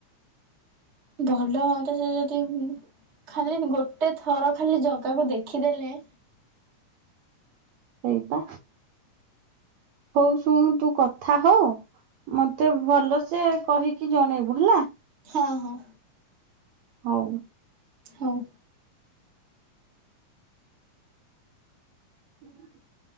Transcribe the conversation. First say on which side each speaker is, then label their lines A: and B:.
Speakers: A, on the right; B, on the right.
A: ଭଲ ହୁଅନ୍ତା ସେ ଯଦି ଖାଲି ଗୋଟେ ଥର ଖାଲି ଜଗାକୁ ଦେଖିଦେଲେ।
B: ସେଇପା ହଉ ଶୁଣ ତୁ କଥା ହଅ। ମତେ ଭଲସେ କହିକି ଜଣେଇବୁ ହେଲା।
A: ହଁ ହଁ।
B: ହଉ।
A: ହଉ।
B: <inaudible>